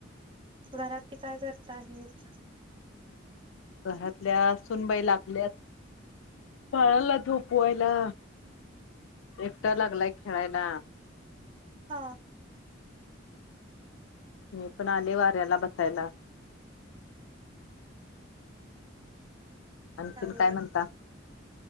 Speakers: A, on the right; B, on the left.
A: घरातली काय करत आहेत.
B: घरातल्या सुनबाई लागल्यात. बाळाला झोपवायला, एकटा लागलाय खेळायला.
A: आ.
B: मी पण आले वाऱ्याला बसायला. आणखीन
A: चांगलंय
B: काय म्हणता?